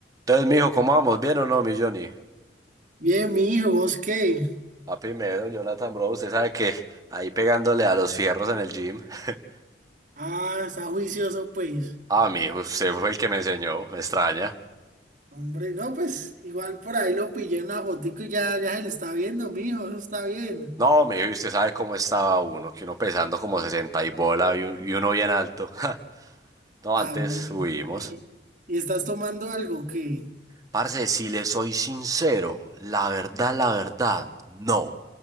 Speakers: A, on the right; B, on the right.
A: Entonces, mijo, ¿cómo vamos? ¿Bien o no, mi Johnny?
B: Bien, mi hijo, ¿vos qué?
A: A primero, Jonathan, bro, usted sabe que ahí pegándole a los fierros en el gym. <laughs>
B: Ah, está juicioso, pues.
A: Ah, mijo, usted fue el que me enseñó, me extraña.
B: Hombre, no, pues igual por ahí lo pillé en una fotico y ya, ya se le está viendo, mi hijo, eso está bien.
A: No, mijo, y usted sabe cómo estaba uno, que uno pesando como 60 y bola y, un- y uno bien alto. <laughs> No,
B: Ah,
A: antes
B: marica.
A: subimos.
B: ¿Y, y estás tomando algo que?
A: Parce, si le soy sincero, la verdad, la verdad, no.